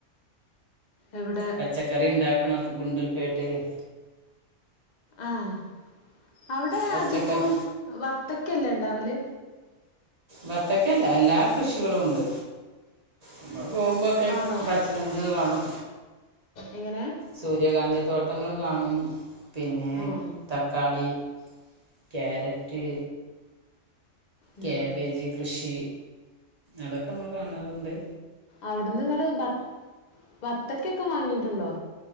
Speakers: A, on the left; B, on the right.
A: എവിടെ
B: പച്ചക്കറി ഇണ്ടാക്കണോ ഗുണ്ടൽപേട്ടേല്
A: ആഹ് അവ്ടെ
B: പച്ചക്കറി
A: അധികും വത്തക്കല്ലെ ൺ ണ്ടാവല്
B: വത്തക്ക അല്ല എല്ലാകൃഷികളുണ്ട് നമ്മൾ പോവുംമ്പക്കേ
A: ആണോ
B: പചനിന്ത് കാണും
A: എങ്ങനെ?
B: സൂര്യകാന്തിതോട്ടങ്ങൾ കാണും പിന്നേ
A: ആഹ്
B: തക്കാളി ക്യാരറ്റ്
A: ഉം
B: കാബേജ് കൃഷി അതൊക്കെമ്മള് കാണത്ണ്ട്
A: അവിടിനിങ്ങട് ബ ബത്തക്കേക്ക വാങ്ങീടുണ്ടോ